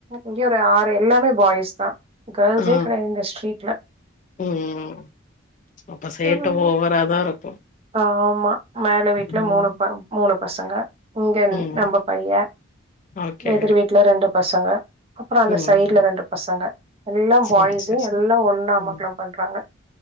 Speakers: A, on the right; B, on the left.
A: இங்கயே ஒரு ஆறு எல்லாமே பாய்ஸ் தா கேர்ள்ஸே
B: ஆ.
A: கெடையாது இந்த ஸ்ட்ரீட்ல
B: ம். அப்ப சேட்ட
A: ஆ ஆ
B: ஓவரா தான் இருக்கும்.
A: ஆமா மேல வீட்டுல
B: ம்,
A: மூணு பா மூணு பசங்க இங்கென்
B: ம்.
A: நம்ப பைய
B: ஓகே.
A: எதிர் வீட்டுல ரெண்டு பசங்க அப்றோ அந்த
B: ம்.
A: சைடு்ல ரெண்டு பசங்க எல்லா
B: சரி,
A: பாய்ஸுங்க
B: சரி, சரி.
A: எல்லா ஒன்னா அமக்கல
B: ம்.
A: பண்றாங்க